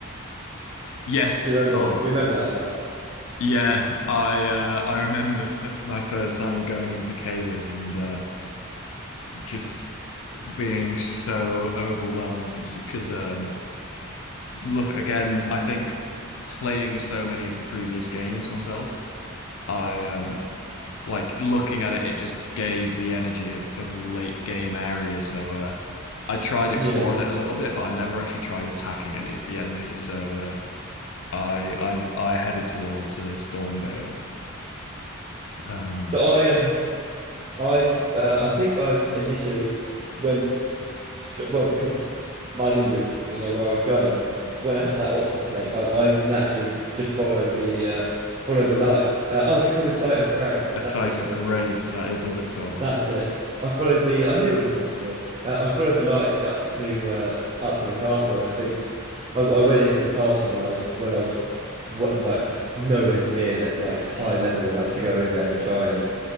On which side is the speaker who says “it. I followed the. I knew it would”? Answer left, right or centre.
Right